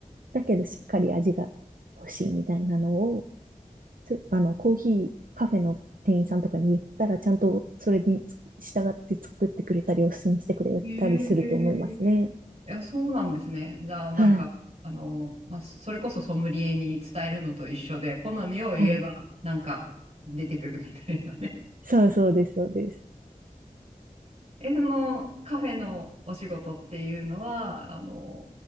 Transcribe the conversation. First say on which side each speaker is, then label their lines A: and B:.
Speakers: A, on the right (about 80°); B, on the right (about 50°).
A: だけどしっかり味が欲しいみたいなのを、つあの、コーヒー、カフェの店員さんとかに言ったら、ちゃんとそれに従って作ってくれたり、おすすめしてくれたりすると思いますね。
B: へえ。いや、そうなんですね。じゃあ、なんか、
A: はい。
B: あの、まあ、それこそソムリエに伝えるのと一緒で、好みを言えば、
A: はい。
B: なんか出てくるみたいなね。
A: そうそうです、そうです。
B: <laughs> え、そのカフェのお仕事っていうのは、あの、